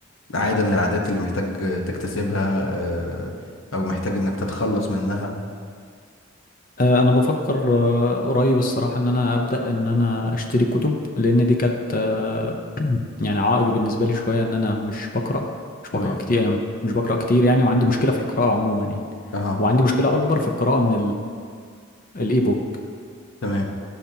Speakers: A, on the left (about 75°); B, on the left (about 40°).
A: عادة من العادات اللي محتاج تكتسبها آه، أو محتاج إنك تتخلص منها
B: آه، انا بفكر آه، قريب الصراحه ان انا ابدا ان انا اشتري كتب لان دي كانت آه، <clears throat> يعني عائق بالنسبه لي شويه ان انا مش بقرا مش بقرا
A: تمام
B: كتير يعني مش بقرا كتير يعني وعندي مشكله في القراءه عموما يعني
A: أها
B: وعندي مشكله اكبر في القراءه من الاي بوك
A: تمام